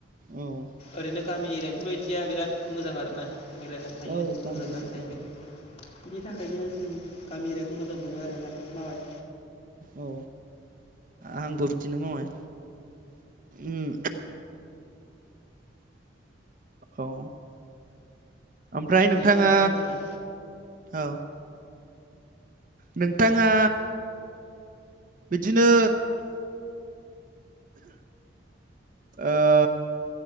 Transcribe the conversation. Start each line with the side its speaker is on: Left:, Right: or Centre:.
Right: औ
Left: ओरैनो गामि एरिया बेफोरबायदिया बिराद मोजां आरो ना मिलायनानै थायो
Right: औ गामिया
Left: गोरोबनानै थायो
Right: औ
Left: बिनि थाखायनो जों गामि एरियाखौ मोजां मोनो आरोना मामाय
Right: औ आंबो बिदिनो मामाय उम औ ओमफ्राय
Left: ओरैनो
Right: नोंथाङा
Left: ओमफ्राय मामाय
Right: औ नोंथाङा बिदिनो ओ